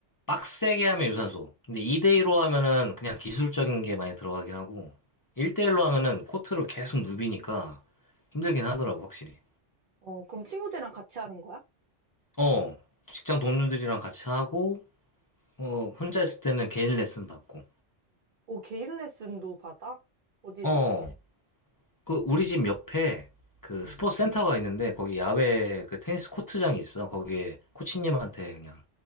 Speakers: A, on the left; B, on the right.
A: 빡세게 하면 유산소. 근데 2대일로 하면은 그냥 기술적인 게 많이 들어가긴 하고 1대1로 하면은 코트를 계속 누비니까 힘들긴 하더라고, 확실히.
B: 어, 그럼 친구들이랑 같이 하는 거야?
A: 어, 직장 동료들이랑 같이 하고 어, 혼자 있을 때는 개인 레슨 받고.
B: 오, 개인 레슨도 받아? 어디서?
A: 어, 그 우리 집 옆에 그
B: 응.
A: 스포츠 센터가 있는데 거기 야외 그 테니스 코트장이 있어. 거기에 코치님한테 그냥